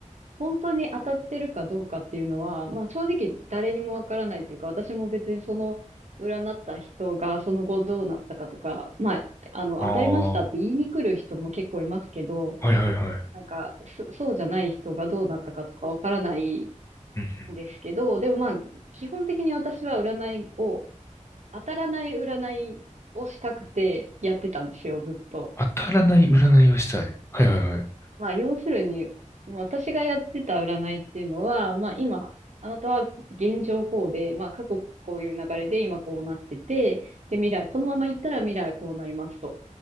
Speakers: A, on the right; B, on the left.
A: 本当に当たってるかどうかっていうのは、まあ正直誰にもわからないっていうか、私も別にその占った人がその後どうなったかとか、まあ、あの、
B: ああ、
A: 当たりましたって言いに来る人も結構いますけど、
B: はいはいはい。
A: なんか、そそうじゃない人がどうなったかとかわからない
B: うんうん、
A: んですけど、でもまあ、基本的に私は占いを、当たらない占いをしたくてやってたんですよ、ずっと。
B: 当たらない占いをしたい。はいはいはい。
A: まあ、要するに、まあ私がやってた占いっていうのは、まあ今、あなたは現状こうで、まあ過去こういう流れで今こうなってて、で未来、このまま行ったら未来はこうなりますと。